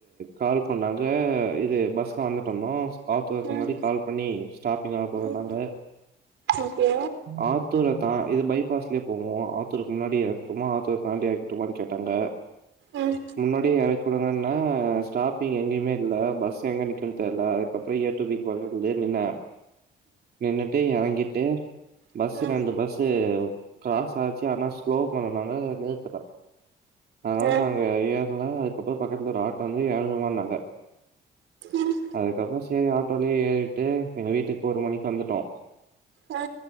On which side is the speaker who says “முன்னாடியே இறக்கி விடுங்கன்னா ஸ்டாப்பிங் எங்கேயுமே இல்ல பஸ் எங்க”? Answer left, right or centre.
Right